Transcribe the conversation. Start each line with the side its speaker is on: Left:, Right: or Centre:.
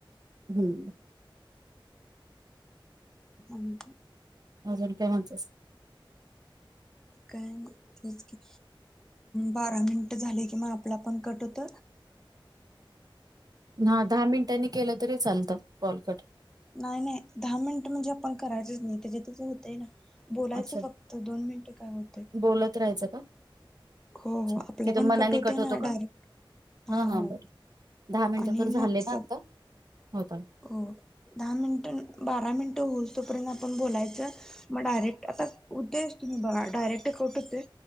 Right: हम्म
Centre: आणि का.
Right: अजून काय म्हणतस.
Centre: काय ते क बारा मिनिट झाले कि म आपला पण फोन कट होत.
Right: हा दहा मिनिटांनी केलं तरी चालतं कॉल कट.
Centre: नाही नाही दहा मिनिट म्हणजे आपण करायच नाही त्या त्याच होतय ना बोलायचं
Right: अच्छा
Centre: फक्त दोन मिनिटे काय होते.
Right: बोलत राहायचं का.
Centre: हो
Right: अच्छा
Centre: हो आपला
Right: तिथं
Centre: पण
Right: मनाने
Centre: कट होतोय
Right: होतो
Centre: ना
Right: का
Centre: डायरेक्ट. हा
Right: हां
Centre: हो
Right: हां बरं दहा मिनटं
Centre: आणि
Right: तर झाले
Centre: मग
Right: ना
Centre: सग.
Right: आता होता
Centre: हो दहा मिनिट बारा मिनिट होउ तोपर्यंत आपण बोलायचं मग डायरेक्ट आता उद्देश तुम्ही बघा डायरेक्ट कट होतेय